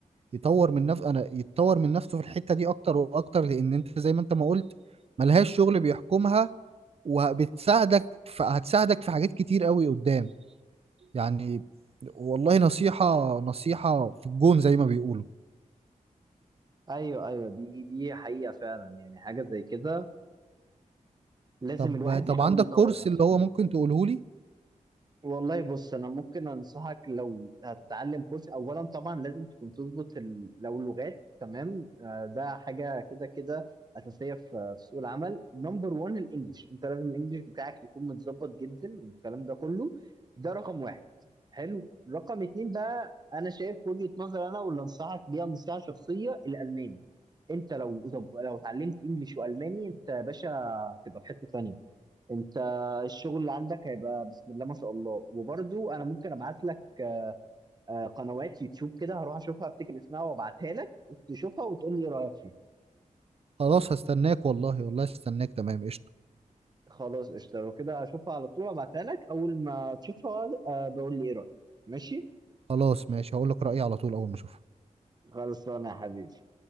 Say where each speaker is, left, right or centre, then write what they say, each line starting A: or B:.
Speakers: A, on the right; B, on the right.
A: يطور من نفسه انا يطور من نفسه في الحتة دي اكتر واكتر لان انت زي ما انت ما قلت ملهاش شغل بيحكمها وبتساعدك ف... هتساعدك في حاجات كتير قوي قدام يعني والله نصيحة نصيحة في الجون زي ما بيقولوا
B: ايوه ايوه دي دي حقيقه فعلا يعني حاجه زي كده لازم
A: طب
B: الواحد
A: طب
B: يحاول
A: عندك
B: يطور
A: كورس
B: نفسه
A: اللي هو
B: فيها
A: ممكن تقوله لي
B: والله بص انا ممكن انصحك لو هتتعلم كورس اولا طبعا لازم تكون تظبط ال... لو لغات تمام آه، ده حاجه كده كده اساسيه في في سوق العمل نمبر 1 الانجليش انت لازم الانجليش بتاعك يكون متظبط جدا والكلام ده كله ده رقم واحد حلو رقم اتنين بقى انا شايف وجهه نظر انا واللي انصحك بيها نصيحه شخصيه الالماني انت لو لو اتعلمت انجليش والماني انت يا باشا هتبقى في حته تانيه انت الشغل اللي عندك هيبقى بسم الله ما شاء الله وبرضو انا ممكن ابعت لك آه، قنوات يوتيوب كده هروح اشوفها افتكر اسمها وابعتها لك وتشوفها وتقول لي إيه رايك فيها
A: خلاص هستناك والله والله هستناك تمام قشطة
B: خلاص قشطه لو كده اشوفها على طول ابعتها لك اول ما تشوفها آه، بقول لي ايه رايك ماشي
A: خلاص ماشي هقول لك رأيي على طول أول ما أشوفه
B: خلصانه يا حبيبي